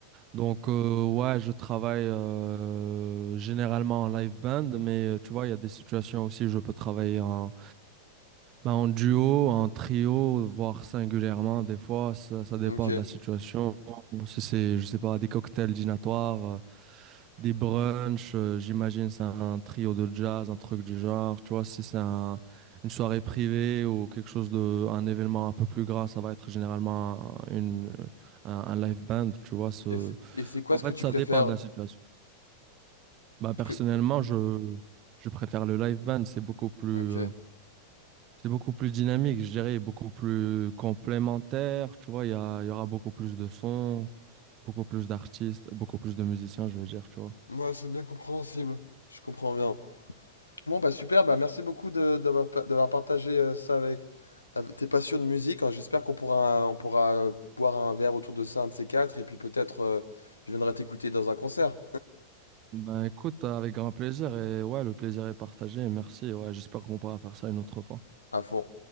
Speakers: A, on the right; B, on the left.
A: Donc, euh, ouais, je travaille euh, généralement en live band, mais euh, tu vois, il y a des situations aussi où je peux travailler en, bah, en duo, en trio, voire singulièrement. Des fois, ça, ça dépend
B: Ok. Et
A: de la situation. Si c'est, je sais pas, des cocktails dînatoires, euh, des brunchs, euh, j'imagine c'est un trio de jazz, un truc du genre. Tu vois, si c'est un- une soirée privée ou quelque chose de, un événement un peu plus grand, ça va être généralement une, un, un live band, tu vois, ce.
B: c'est et c'est quoi
A: En
B: ce
A: fait,
B: que tu
A: ça
B: préfères?
A: dépend de la situation. Bah,
B: Parce
A: personnellement,
B: que...
A: je, je préfère le live band. C'est beaucoup plus,
B: Ok.
A: euh, c'est beaucoup plus dynamique, je dirais, beaucoup plus complémentaire. Tu vois, il y a- il y aura beaucoup plus de sons, beaucoup plus d'artistes, beaucoup plus de musiciens, je veux dire, tu vois.
B: Moi, c'est bien compréhensible. Je comprends bien. Bon, bah super, bah merci beaucoup de, d'avoir, pa- d'avoir partagé euh, ça avec, avec tes passions de musique. hein. J'espère qu'on pourra, on pourra euh, boire un verre autour de ça, un de ces quatre, et puis peut-être euh, je viendrai t'écouter dans un concert
A: Ben écoute, avec grand plaisir. Et ouais, le plaisir est partagé. Merci. Ouais, j'espère qu'on pourra faire ça une autre fois.
B: à fond.